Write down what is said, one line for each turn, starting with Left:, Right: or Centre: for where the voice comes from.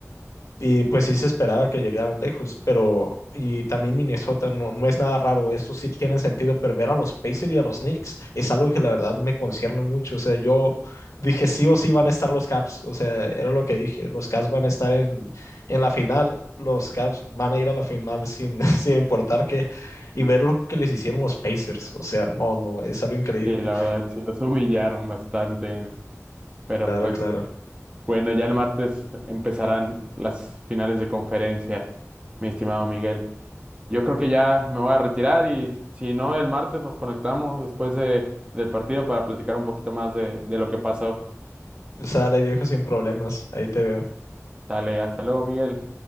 Left: Y pues sí se esperaba que llegaran lejos, pero y también Minnesota no, no es nada raro, eso sí tiene sentido, pero ver a los Pacers y a los Knicks es algo que la verdad me concierne mucho, o sea, yo dije sí o sí van a estar los Caps, o sea, era lo que dije, los Caps van a estar en, en la final, los Caps van a ir a la final sin, <laughs> sin importar qué, y ver lo que les hicieron los Pacers, o sea, no, no, es algo increíble,
Right: Sí, la verdad, sí, los humillaron bastante. Pero
Left: claro,
Right: pues,
Left: claro,
Right: bueno, ya el martes empezarán las finales de conferencia, mi estimado Miguel. Yo creo que ya me voy a retirar y si no, el martes nos conectamos después de, del partido para platicar un poquito más de, de lo que pasó.
Left: sale viejo sin problemas, ahí te veo.
Right: Dale, hasta luego, Miguel.